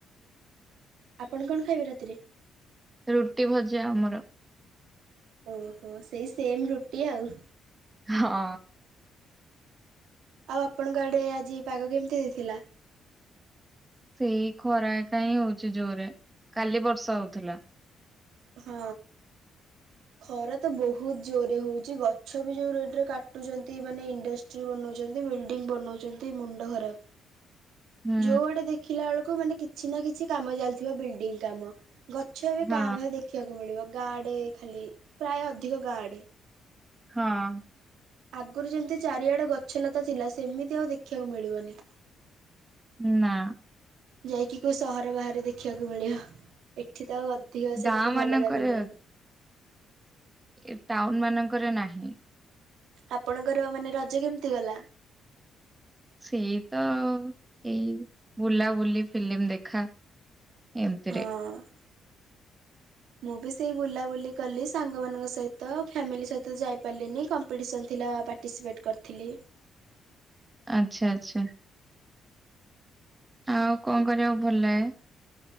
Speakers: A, on the right; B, on the right.
A: ଆପଣ କଣ ଖାଇବେ ରାତିରେ?
B: ରୁଟି ଭଜା ଆମର।
A: ଓହୋ ସେଇ ସେମ ରୁଟି ଆଉ।
B: ହଁ।
A: ଆଉ ଆପଣଙ୍କ ଆଡେ ଆଜି ପାଗ କେମିତି ଦେଇଥିଲା?
B: ସେଇ ଖରା ଏକା ହିଁ ହଉଛି ଜୋରରେ କାଲି ବର୍ଷା ହଉଥିଲା।
A: ହଁ। ଖରା ତ ବହୁତ ଜୋରରେ ହଉଛି ଗଛ ବି ଯୋଉ ରେଟ ରେ କାଟୁଛନ୍ତି ମାନେ ଇଣ୍ଡଷ୍ଟି ଚି ବନାଉଛନ୍ତି ବିଲ୍ଡିଙ୍ଗ ବନାଉଛନ୍ତି ମୁଣ୍ଡ ଖରାପ
B: ହୁଁ
A: ଯୋଉଆଡେ ଦେଖିଲା ବେଳକୁ ମାନେ କିଛି ନା କିଛି କାମ ଚାଲିଥିବା ବିଲଡିଂ କାମ ଗଛ ଏବେ
B: ହଁ
A: କା ଭା ଦେଖିବାକୁ ମିଳିବ ଗାଁ ଆଡେ ଖାଲି ପ୍ରାୟ ଅଧିକ ଗାଁ ଆଡେ
B: ହଁ।
A: ଆଗରୁ ଯେମିତି ଚାରିଆଡେ ଗଛଲତା ଥିଲା ସେମିତି ଆଉ ଦେଖିବାକୁ ମିଳିବନି
B: ନା।
A: ଯାଇକି କୋଉ ସହର ବାହାରେ ଦେଖିବାକୁ ମିଳିବ ଏଠି ତ ଆଉ ଅଧିକ ସେମିତି
B: ଗାଁ
A: ଭଲ
B: ମାନଙ୍କରେ
A: ଜାଗା ମିଳିବନି।
B: ଏ ଟାଉନ ମାନଙ୍କରେ ନାହିଁ।
A: ଆପଣଙ୍କର ମାନେ ରଜ କେମିତି ଗଲା?
B: ସେଇ ତ ଏଇ ବୁଲାବୁଲି ଫିଲ୍ମ ଦେଖା ଏମିତିରେ
A: ହଁ ମୁଁ ବି ସେଇ ବୁଲାବୁଲି କଲି ସାଙ୍ଗମାନଙ୍କ ସହିତ ଫ୍ୟାମିଲି ସହିତ ଯାଇ ପାରିଲିନି କ କମ୍ପିଟିସନ୍ ଥିଲା ପାର୍ଟିସିପେଟ୍ କରିଥିଲି
B: ଆଚ୍ଛା ଆଚ୍ଛା। ଆଉ କଣ କରିବାକୁ ଭଲ ଲାଗେ?